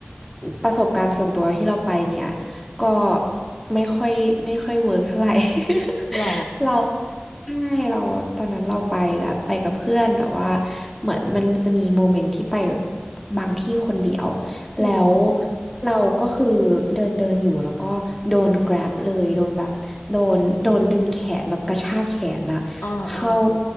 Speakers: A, in the centre; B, on the left.
A: ประสบการณ์ส่วนตัวที่เราไปเนี่ยก็ไม่ค่อยไม่ค่อยเวิร์กเท่าไหร่
B: หรอ
A: <laughs> เราใช่เราตอนนั้นเราไปแบบไปกับเพื่อนแต่ว่าเหมือนมันจะมีโมเมนต์ที่ไปบางที่คนเดียว
B: อืม
A: แล้วเราก็คือเดินเดินอยู่แล้วก็โดน grab เลยโดนแบบโดนโดนดึงแขนแบบกระชากแขนอะ
B: อ่าอ่าอ่า
A: เขา